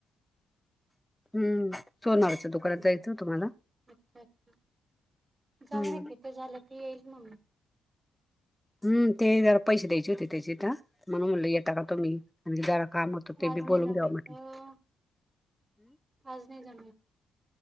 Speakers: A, in the centre; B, on the right.
A: हम्म सोनारच दुकानात जायचं तुम्हाला
B: अच्छा अच्छा जाऊ
A: हम्म
B: नकीि ते झालं त येईल मग
A: हम् ते जरा पैसे द्यायचे होते त्याची तर म्हणून म्हणल येेतता का तुम्ही म्ह जरा काम होतं ते
B: आज
A: बी
B: नाही
A: बोलून
B: जमायचं
A: घ्यावा म्ह
B: आज नाही जन